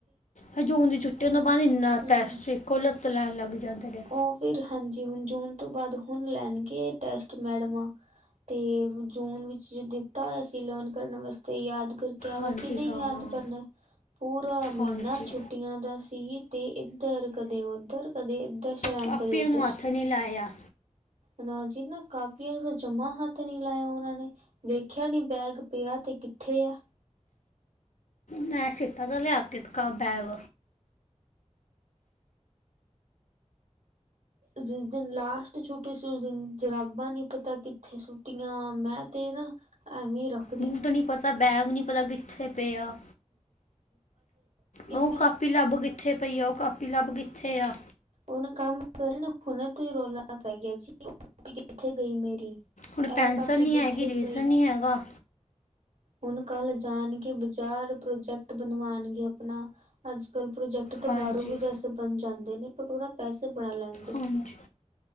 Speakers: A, on the left (about 80°); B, on the right (about 75°).
A: ਹਾਏ ਜੂਨ ਦੀ ਛੁੱਟੀਆਂ ਤੋਂ ਬਾਅਦ ਇੰਨਾ
B: ਹੂੰ।
A: ਟੈਸਟ ਇੱਕੋ ਲੱਤ ਲੈਣ ਲੱਗ ਜਾਂਦੇ ਨੇਂ।
B: ਉਹ ਫਿਰ ਹਾਂਜੀ ਹੁਣ ਜੂਨ ਤੋਂ ਬਾਅਦ ਹੁਣ ਲੈਣਗੇ ਟੈਸਟ ਮੈਡਮਾਂ ਤੇ ਜੂਨ ਵਿੱਚ ਦਿੱਤਾ ਹੋਇਆ ਸੀ ਲਰਨ ਕਰਨ ਵਾਸਤੇ ਯਾਦ ਫਿਰ ਕਿਆ
A: ਹਾਂਜੀ
B: ਉਹ ਕਿਨੇ
A: ਹਾਂ
B: ਯਾਦ ਕਰਨਾ ਪੂਰਾ ਮਹੀਨਾ
A: ਹਾਂਜੀ
B: ਛੁੱ ਟੀਆਂ ਦਾ ਸੀ ਤੇ ਇੱਧਰ ਕਦੇ ਉੱਧਰ ਕਦੇ ਇੱਧਰ ਚਲਾਨ
A: ਕਾਪੀਆਂ
B: ਕਰਿ ਉਧਰ
A: ਨੂੰ ਹੱਥ ਨਹੀਂ ਲਾਇਆ
B: ਨਾਂ ਜੀ ਨਾਂ ਕਾਪੀਆਂ ਨੂੰ ਜਮਾ ਹੱਥ ਨੀਂ ਲਾਇਆ ਉਹਨਾਂ ਨੇਂ ਵੇਖਿਆ ਨੀਂ ਬੈਗ ਪਿਆ ਤੇ ਕਿੱਥੇ ਆ
A: ਮੈਂ ਸੀਤਾ ਦਾ ਲਿਆ ਕੇ ਦਿਖਾ ਬੈਗ
B: ਜਿਸ ਦਿਨ ਲਾਸਟ ਛੁੱਟੀ ਸੀ, ਉਸ ਦਿਨ ਜਰਾਬਾਂ ਨੀਂ ਪਤਾ ਕਿੱਥੇ ਸੂਟੀਆਂ, ਮੈਂ ਤੇ ਨਾਂ <unintelligible>
A: ਬੂਟ ਨੀ ਪਤਾ ਬੈਗ ਨੀ ਪਤਾ, ਕਿੱਥੇ ਪਿਆ ਉਹ
B: ਮੈਂ
A: ਕ ਕਾਪੀ ਲੱਬ ਕਿੱਥੇ ਪਈ ਆ, ਉਹ ਕਾਪੀ ਲੱਬ ਕਿੱਥੇ ਆ।
B: ਉਹਨੇ ਕੰਮ ਕਰੇ ਨਾ ਹੁਣੇ ਤੂੰ ਹੀ ਰੌਲਾਣਾ ਪੈ ਗਿਆ, ਜੀ ਕਿੱਥੇ ਗਈ ਮੇਰੀ,
A: ਹੁਣ ਪੈਨਸਲ
B: ਇਹ ਕਾਪੀ
A: ਨਹੀਂ
B: ਕਿੱਥੇ
A: ਹੈਗੀ ਰੀਜ਼ਨ
B: ਗਈ।
A: ਨਹੀਂ ਹੈਗਾ,
B: ਹੁਣ ਕੱਲ ਜਾਣਗੇ, ਬਾਜ਼ਾਰ ਪ੍ਰੋਜੈਕਟ ਬਣਵਾਣਗੇ ਆਪਣਾ ਅੱਜ ਕੱਲ ਪ੍ਰੋਜੈਕਟ ਤੋ
A: ਹਾਂਜੀ
B: ਬਾਹਰੋਂ ਵੀ ਪੈਸੇ ਬਣ ਜਾਂਦੇ ਨੇ ਬਟ ਉਹ ਨਾ ਪੈਸੇ ਬਣਾ ਲੈਂ ਨੇ
A: ਹਾਂਜੀ